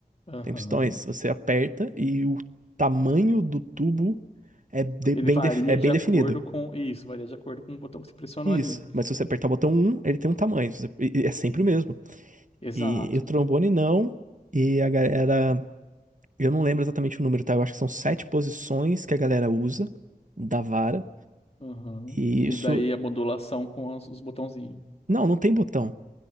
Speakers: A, on the left; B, on the right.
A: Aham.
B: tem pistões. Você aperta e o tamanho do tubo é de-
A: Ele
B: bem,
A: varia
B: def- é bem
A: de acordo
B: definido.
A: com. Isso, varia de acordo com o botão que você pressionou
B: Isso.
A: ali.
B: Mas se você apertar o botão um ele tem um tamanho. Se você- e- e é sempre o mesmo.
A: Exato.
B: E, e o trombone não. E a galera. Eu não lembro exatamente o número, tá? Eu acho que são sete posições que a galera usa da vara.
A: Aham.
B: E
A: E
B: isso.
A: daí a modulação com as- os botãozinhos.
B: Não, não tem botão,